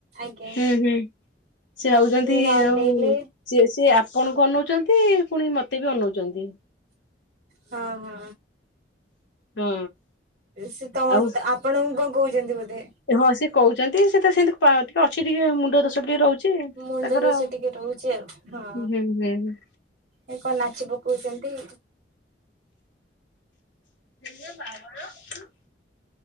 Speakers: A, on the right; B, on the left.
A: ଆଜ୍ଞା
B: ହୁଁ ହୁଁ। ସେ ଭାଉଛନ୍ତି
A: ଏଇନା ଅନେଇଲେ।
B: ଆଉ ସେ ଆପଣଙ୍କୁ ଅନଉଚନ୍ତି ପୁଣି ମତେ ବି ଅନଉଚନ୍ତି।
A: ହଁ ହଁ
B: ହଁ
A: ସେ ତମ
B: ଆଉ
A: ଆପ ଆପଣଙ୍କୁ କଣ କହୁଚନ୍ତି ବୋଧେ?
B: ହଁ ସେ କହୁଚନ୍ତି ସେ ତ ସେମିତି ପା ଅଛି ଟିକେ ମୁଣ୍ଡ ଦୋଷ ବି ଟିକେ ରହୁଛି
A: ମୁଣ୍ଡ
B: ତାଙ୍କର
A: ଦୋଷ
B: ହୁଁ
A: ଟିକେ ରହୁଛି ଆଉ। ହଁ
B: ହୁଁ।
A: ଏ କଣ ନାଚି ପକଉଚନ୍ତି।
B: <inaudible>